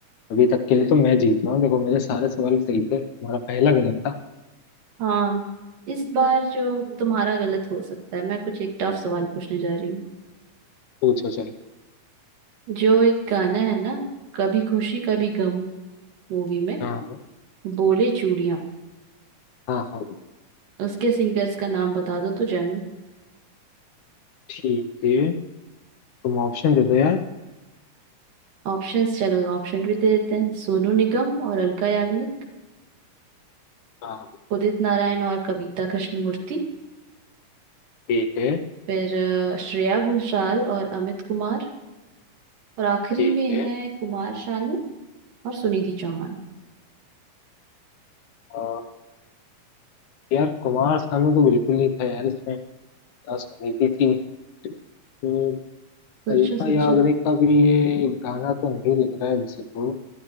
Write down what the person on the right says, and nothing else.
हाँ इस बार जो तुम्हारा गलत हो सकता है मैं कुछ एक टफ सवाल पूछने जा रही हूँ
जो एक गाना है ना कभी खुशी कभी गम मूवी में
बोले चूड़ियां
उसके सिंगर्स का नाम बता दो तो जाने
ऑप्शंस चलो ऑप्शन भी दे देते हैं सोनू निगम और अलका याग्निक
उदित नारायण और कविता कृष्णमूर्ति
फिर अ, श्रेया घोषाल और अमित कुमार और आखिरी
में
है कुमार शानू और सुनिधि चौहान
सोचो
सोचो